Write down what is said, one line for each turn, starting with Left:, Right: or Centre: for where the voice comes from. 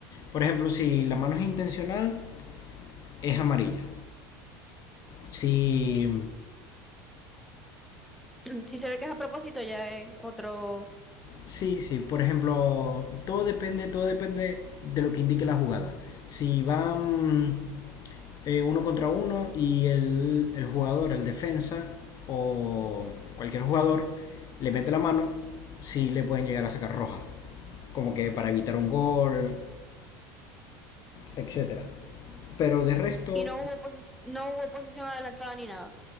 Left: por ejemplo, si la mano es intencional, es amarilla. Si,
Centre: <clears throat> Si se ve que es a propósito, ya es otro...
Left: sí, sí, por ejemplo, todo depende, todo depende de lo que indique la jugada. Si van eh, uno contra uno y el, el jugador, el defensa o cualquier jugador le mete la mano, sí le pueden llegar a sacar roja, como que para evitar un gol, etcétera Pero de resto,
Centre: Y no hubo, posi- no hubo posición adelantada ni nada.